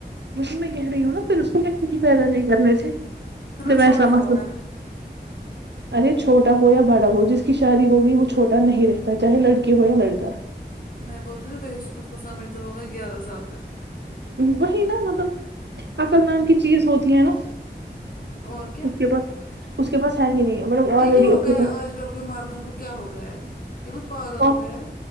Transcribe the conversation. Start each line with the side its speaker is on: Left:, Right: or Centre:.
Right: وہی میں کہہ رہی ہوں نا پھر اس کو بچے پیدا نہیں کرنے سے
Left: پھر وہ
Right: جب
Left: چھوٹا
Right: ایسا
Left: ہوگا
Right: مسئلہ ارے چھوٹا ہو یا بڑا ہو جس کی شادی ہوگئی وہ چھوٹا نہیں رہتا چاہے لڑکی ہو یا لڑکا
Left: میں بول رہی بھائی خود کو سمجھتا ہوگا گیارہ سال کا
Right: وہی نا مطلب عقل نام کی چیز ہوتی ہے نا
Left: اور کیا
Right: اس کے پاس اس کے پاس ہے ہی نہیں مطلب
Left: یہ
Right: الریڈی
Left: کیا ہو
Right: اس
Left: گیا
Right: کے
Left: ہے
Right: پاس
Left: آج کل کے مردوں کو کیا ہو گیا ہے یہ پاگل
Right: پاس
Left: ہو گیے ہے